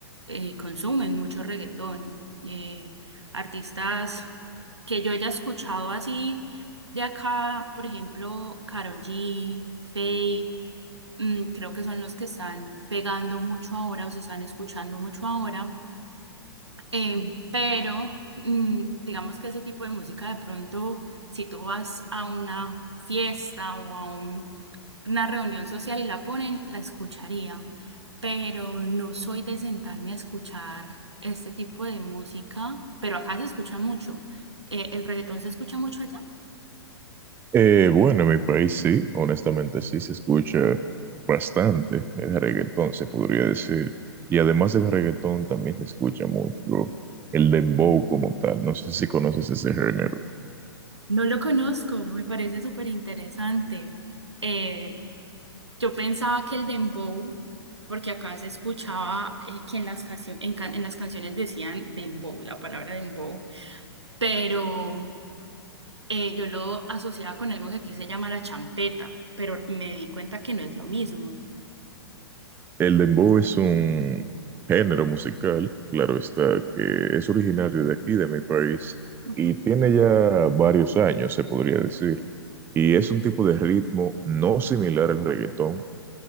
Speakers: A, on the right; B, on the right.
A: eh, consumen mucho reggaetón. Eh, artistas que yo haya escuchado así de acá, por ejemplo, Karol G, Feid, mm, creo que son los que están pegando mucho ahora o se están escuchando mucho ahora. Eh, pero mm, digamos que ese tipo de música de pronto, si tú vas a una fiesta o a un- una reunión social y la ponen, la escucharía, pero no soy de sentarme a escuchar este tipo de música, pero acá se escucha mucho. Eh, ¿el reggaetón se escucha mucho allá?
B: Eh, bueno, en mi país sí, honestamente sí se escucha bastante el reggaetón, se podría decir. Y además del reggaetón también se escucha mucho el dembow como tal. No sé si conoces ese género.
A: No lo conozco, me parece súper interesante. Eh, yo pensaba que el dembow, porque acá se escuchaba eh, que en las, cancio- en, ca- en las canciones decían dembow, la palabra dembow, pero eh, yo lo asociaba con algo que aquí se llama la champeta, pero me di cuenta que no es lo mismo.
B: El dembow es un género musical, claro está, que es originario de aquí, de mi país,
A: Ujú.
B: y tiene ya varios años, se podría decir. Y es un tipo de ritmo no similar al reggaetón,